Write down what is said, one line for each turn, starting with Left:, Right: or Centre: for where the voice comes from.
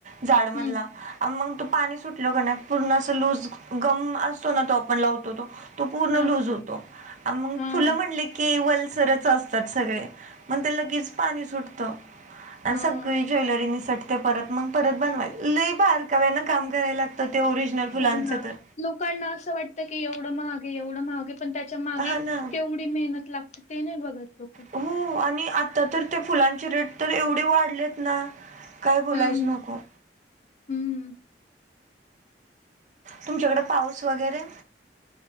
Right: जाड मधला.
Left: हं.
Right: आणि मग तो पाणी सुटल का नाही, पूर्ण अस लूज गम असतो ना? तो आपण लावतो तो तो पूर्ण
Left: हां,
Right: लूज होतो. मग
Left: हां.
Right: फुलं म्हणले की वल्सरच अस असतात सगळे मग ते लगेच पाणी सुटत आणि
Left: हां.
Right: सगळी ज्वेलरीनीसाठी ते परत मग परत बनवाय लई बाार का ना काम करायला लागतं ते ओरिजिनल फुलांचं
Left: हो ना.
Right: तर
Left: लोकांना असं वाटत की एवढं महाग आहे एवढं महाग आहे पण त्याच्या मागे
Right: हा ना
Left: केवढी मेहनत लागते. ते नाही बघत लोक.
Right: हो आणि आता तर ते फुलांची रेट तर एवढी वाढलेत ना काय बोलायच
Left: हम्म,
Right: नको.
Left: हम्म.
Right: तुमच्याकडे पाऊस वगैरे?